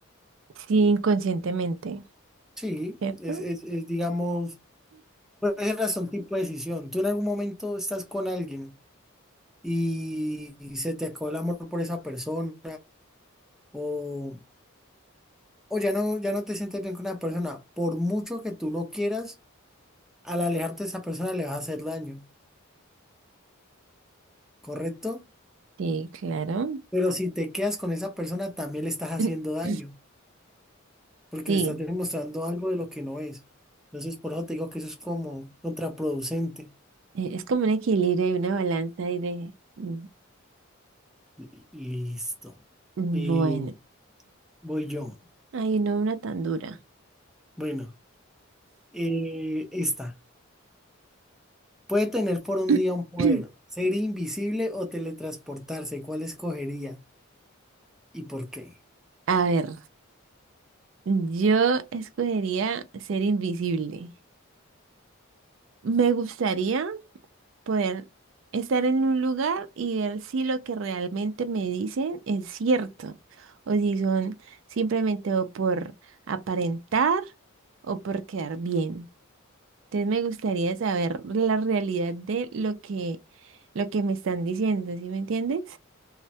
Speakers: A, on the right; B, in the centre.
A: sí, inconscientemente,
B: Sí,
A: ¿cierto?
B: es, es, es, digamos, puede ser hasta un tipo de decisión. Tú en algún momento estás con alguien y, y se te acabó el amor por esa persona o, o ya no, ya no te sientes bien con una persona, por mucho que tú no quieras al alejarte de esa persona le vas a hacer daño, ¿correcto?
A: Sí, claro.
B: Pero si te quedas con esa persona, también le estás haciendo
A: <laughs>
B: daño, porque
A: Sí.
B: le estás demostrando algo de lo que no es. Entonces, por eso te digo que eso es como contraproducente.
A: Eh, Es como un equilibrio y una balanza y de... mm,
B: Li- Listo.
A: mm,
B: Eh,
A: Bueno,
B: voy yo.
A: ay, no una tan dura.
B: Bueno, eh, esta. Puede tener por un
A: <clears throat>
B: día un poder, ser invisible o teletransportarse. ¿Cuál escogería y por qué?
A: A ver, yo escogería ser invisible. Me gustaría poder estar en un lugar y ver si lo que realmente me dicen es cierto o si son simplemente o por aparentar o por quedar bien. Entonces me gustaría saber la realidad de lo que, lo que me están diciendo, ¿sí me entiendes?